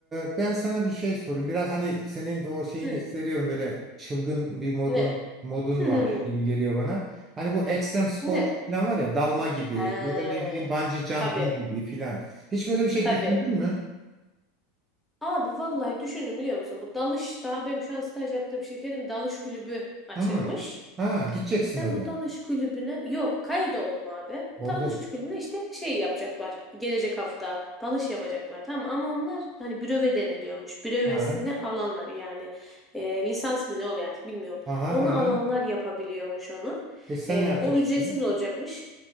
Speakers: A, on the right; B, in the centre.
A: e, ben sana bir şey sorayım. Biraz hani senin de o şeyini
B: Hı,
A: hissediyorum böyle çılgın bir modun
B: ne?
A: modun
B: <laughs>
A: var gibi geliyor bana. Hani bu ekstrem spor
B: Ne?
A: falan var ya dalma gibi
B: He,
A: ya da ne bileyim bungee jumping
B: tabii.
A: gibi falan. Hiç böyle bir şey
B: Tabii.
A: düşündün mü?
B: Abi vallahi düşündüm biliyor musun? Bu dalış daha benim şu an staj yaptığım şirketim dalış kulübü açılmış.
A: Hı. Ha gideceksin
B: Ben
A: oraya.
B: bu dalış kulübüne yok kaydoldum abi.
A: Oldun.
B: Dalış kulübüne işte şey yapacaklar. Gelecek hafta dalış yapacaklar tamam ama onlar hani büröve deniliyormuş. Bürövesini
A: Ha.
B: alanlar yani e, lisans mı ne oluyor artık bilmiyorum.
A: Aha,
B: Onu
A: aha.
B: alanlar yapabiliyormuş onu.
A: E sen
B: E,
A: ne yapacaksın?
B: o ücretsiz olacakmış.